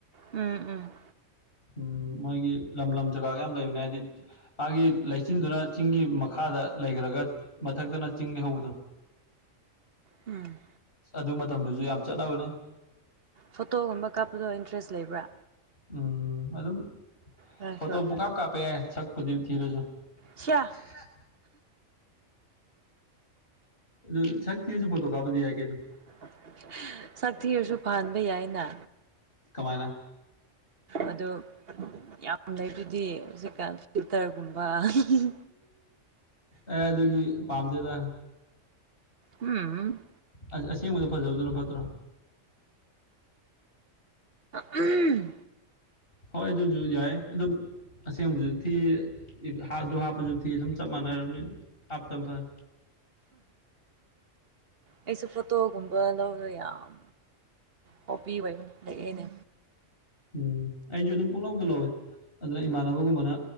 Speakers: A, on the right; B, on the left.
A: ꯎꯝ ꯎꯝ
B: ꯎꯝ ꯃꯣꯏꯒꯤ ꯂꯝ ꯂꯝ ꯖꯒꯥꯒ ꯌꯥꯝ ꯂꯩꯕꯅꯦ ꯍꯥꯏꯕꯗꯤ ꯃꯥꯒꯤ ꯂꯩꯆꯤꯟꯗꯨꯅ ꯆꯤꯡꯒꯤ ꯃꯈꯥꯗ ꯂꯩꯈ꯭ꯔꯒ ꯃꯊꯛꯇꯅ ꯆꯤꯡ ꯂꯩꯍꯧꯕꯗꯣ
A: ꯎꯝ
B: ꯑꯗꯨ ꯃꯇꯝꯗꯨꯁꯨ ꯌꯥꯝ ꯆꯠꯅꯕꯅꯦ
A: ꯐꯣꯇꯣꯒꯨꯝꯕ ꯀꯥꯞꯄꯗꯣ ꯏꯟꯇꯔꯦꯁ ꯂꯩꯕ꯭ꯔꯥ
B: ꯎꯝ ꯑꯗꯨꯝ
A: ꯅꯪꯁꯨ
B: ꯐꯣꯇꯣ ꯄꯨꯀꯥꯞ ꯀꯥꯞꯄꯦ ꯁꯛꯄꯨꯗꯤ ꯊꯤꯔꯖꯨ
A: ꯁꯤꯌꯥ
B: ꯑ ꯑꯗꯨ ꯁꯛ ꯊꯤꯔꯁꯨ ꯄꯣꯊꯣ ꯀꯥꯞꯄꯗꯤ ꯌꯥꯏ ꯀꯩꯅꯣ
A: <unintelligible> ꯁꯛꯊꯤꯔꯁꯨ ꯐꯍꯟꯕ ꯌꯥꯏꯅ
B: ꯀꯃꯥꯏꯅ
A: ꯑꯗꯨ ꯌꯥꯝ ꯂꯩ ꯗꯨꯗꯤ ꯍꯧꯖꯤꯛꯀꯥꯟ ꯐꯤꯜꯇꯔꯒꯨꯝꯕ ꯎꯝ
B: ꯑꯦ ꯑꯗꯨꯗꯤ ꯄꯝꯗꯦꯗ
A: ꯎꯝ
B: ꯑꯁ ꯑꯁꯦꯡꯕꯗ ꯐꯖꯕꯗꯨꯅ ꯐꯠꯇ꯭ꯔꯣ
A: ꯎ
B: ꯍꯣꯏ ꯑꯗꯨꯁꯨ ꯌꯥꯏ ꯑꯗꯨꯝ ꯑꯁꯦꯡꯕꯁꯨ ꯊꯤ ꯍꯥꯞ ꯑꯗꯨ ꯍꯥꯞꯄꯁꯨ ꯊꯤ ꯑꯗꯨꯝ ꯆꯞ ꯃꯥꯟꯅꯔꯕꯅꯤꯅ ꯍꯥꯞꯇ ꯐꯔꯦ
A: ꯑꯩꯁꯨ ꯐꯣꯇꯣꯒꯨꯝꯕ ꯂꯧꯔꯣ ꯌꯥꯝ ꯍꯣꯕꯤ <unintelligible> ꯂꯩꯌꯦꯅꯦ
B: ꯎꯝ ꯑꯩꯁꯨ ꯑꯗꯨꯝ ꯄꯨꯂꯧꯗ ꯂꯧꯋꯦ ꯑꯗꯨꯅ ꯏꯃꯥꯟꯅꯕꯒꯨꯝꯕꯅ